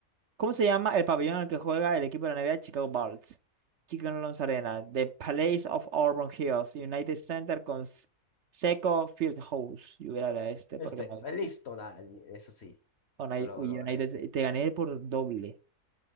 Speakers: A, on the right (about 60°); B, on the left (about 50°).
A: ¿Cómo se llama el pabellón en el que juega el equipo de la NBA Chicago Bulls? Chicago Alonso Arena, The Palace of Auburn Hills, United Center con S- Seco Fieldhouse. Yo voy a darle a este
B: Este,
A: porque me...
B: eh, listo, da, eso sí,
A: United,
B: que lo logré.
A: United- te gané por doble.